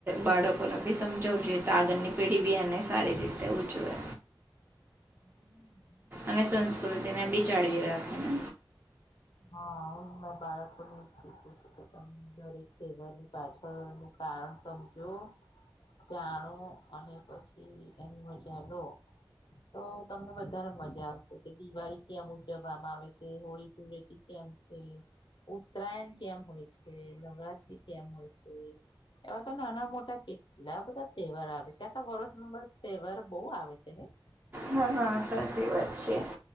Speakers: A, on the right; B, on the left.
A: બાળકો ન બી સમ જવું જોઈએ
B: હા
A: તો આગળની પેઢી બી એને સારી રીતે ઉજવે
B: હમ
A: અને સંસ્કૃતિને બી જાળવી રાખે ને
B: હા બાળકોને શીખું છું કે તમે દરેક સેવારની પાછળ નું કારણ સમજો જાણો અને પછી એની મજા લો તો તમને વધારે મજા આવશે કે દિવાળી કેમ ઉજવવામાં આવે છે હોળી જોડે ઇમ છે ઉત્તરાયણ કેમ હોય છે નવરાત્રી કેમ હોય છે એવા તો નાના મોટા કેલા બધા તહેવાર આવે છે આખા વર્ષમાં બસ તહેવાર બહુ આવે છે ને <inaudible>
A: હા હા સાચી વાત છે